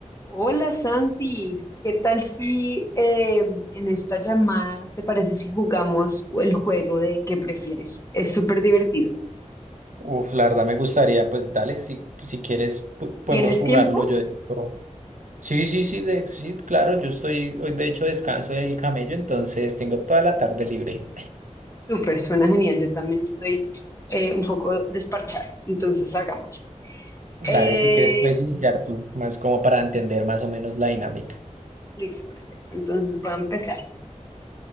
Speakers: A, on the left; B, on the right.
A: Hola Santi, ¿qué tal si eh, en esta llamada te parece si jugamos el juego de qué prefieres? Es súper divertido.
B: Uf, la verdad me gustaría, pues dale, si, si quieres po- podemos
A: ¿Tienes
B: jugarlo.
A: tiempo?
B: Yo de hecho- Sí, sí, sí, de- sí, claro, yo estoy, hoy de hecho descanso del camello, entonces tengo toda la tarde libre.
A: Súper, suena genial. Yo también estoy eh, un poco desparchada, entonces hagámoslo.
B: Dale,
A: Eh,
B: si quieres puedes iniciar tú, más como para entender más o menos la dinámica.
A: listo, perfecto. Entonces voy a empezar.